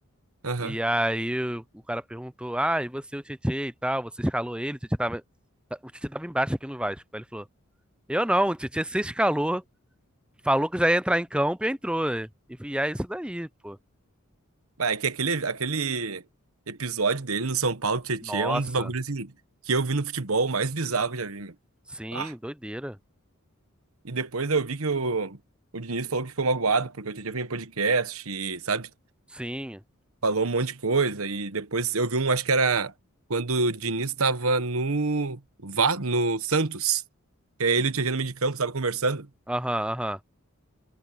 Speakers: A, on the right; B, in the centre.
A: Aham.
B: E aí o o cara perguntou: Ah, e você, o Tietê e tal? Você escalou ele? O Tietê tava, o Tietê tava embaixo aqui no Vasco. Aí ele falou. Eu não, o Tietchan se escalou, falou que já ia entrar em campo e entrou. E, e é isso daí, pô.
A: Mas é que aquele, aquele episódio dele no São Paulo, Tietê,
B: Nossa,
A: é um dos bagulhos assim, que eu vi no futebol mais bizarro que eu já vi, meu.
B: sim,
A: Ah.
B: doideira.
A: E depois eu vi que o, o Diniz falou que ficou magoado, porque o Tietê foi em podcast, e, sabe?
B: Sim,
A: falou um monte de coisa e depois eu vi um, acho que era quando o Diniz estava no Va- no Santos, que aí ele e o Tietchan no meio de campo, estava conversando.
B: aham, aham.